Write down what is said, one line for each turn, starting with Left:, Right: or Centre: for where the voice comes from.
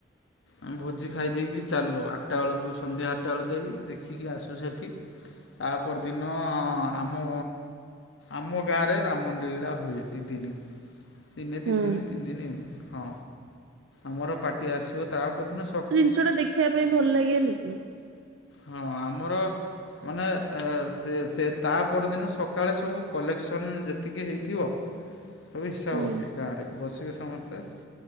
Left: ଆମ ଭୋଜି ଖାଇ ଦେଇକି ଚାଲୁ ଆଠଟା ବେଳକୁ ସନ୍ଧ୍ୟା ଆଟା ଲୁ ଯାଇକି ଦେଖିକି ଆସୁ ସେଠି ତାପର ଦିନ ଆମ ଆମ ଗାଁରେ ରାମ ଲୀଳା ହୁଏ ଦି ଦିନି। ଦିନେ ଦି
Right: ହୁଁ।
Left: ଦିନ ତିନି ଦିନ ଏଁ ହଁ ଆମର ପାଟି ଆସିବ ତା ପଦିନ ସ
Right: ସେଟା ଦେଖିବା ପାଇଁ ଭଲ ଲାଗେନି କି?
Left: ହଁ ଆମର ମାନେ ଏ ସେ ସେ ତା ପରଦିନ ସକାଳେ ସବୁ କଲେକ୍ସନ୍ ଯେତିକି ହେଇଥିବ ସବୁ ହିସାବ
Right: ହୁଁ
Left: ହୁଏ ଗାଁରେ ବସିବେ ସମସ୍ତେ।